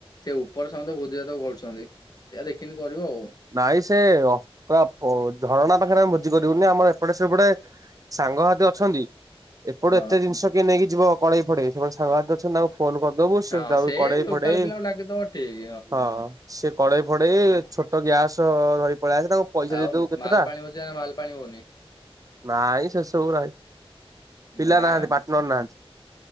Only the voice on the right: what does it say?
ନାଇଁ ସେ ଅ ପୁରା ପ ଝରଣା ପାଖରେ ଆମେ ଭୋଜି କରିବୁନି ଆମ ଏପଟେ ସେପଟେ ସାଙ୍ଗ ସାଥି ଅଛନ୍ତି ଏପଟୁ
ଏତେ ଜିନିଷ କିଏ ନେଇକି ଯିବ କଢ଼େଇ ଫଢ଼େଇ ସେପଟେ ସାଙ୍ଗ ସାଥି ଅଛନ୍ତି ତାକୁ ଫୋନ୍ କରିଦବୁ ସେତାପରେ
କଢ଼େଇ
ଫଢ଼େଇ
ହଁ। ସେ କଢେଇ ଫଢେଇ ଛୋଟ ଗ୍ୟାସ ଧରି ପଳେଇଆସିବେ ତାଙ୍କୁ ପଇସା
ଦେଇଦବୁ କେତେଟା,
ନାଇଁ ସେସବୁ ନାହିଁ।
ପିଲା ନାହାନ୍ତି ପାଟନାର ନାହାନ୍ତି।